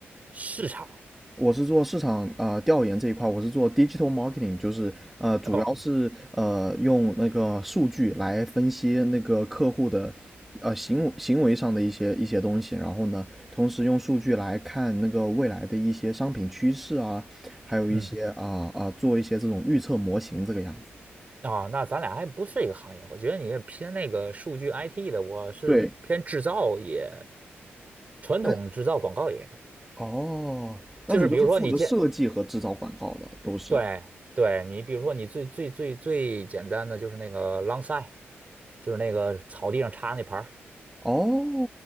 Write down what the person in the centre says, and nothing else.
我是做市场啊、呃调研这一块，我是做 digital marketing，就是呃主要是呃用那个数据来分析那个客户的呃行为行为上的一些一些东西，
然后呢，同时用数据来看那个未来的一些商品趋势啊，还有一些啊啊、
呃呃做一些这种预测模型这个样子。
对，
但哦，那你就是负责设计和制造广告的，
都是。
哦，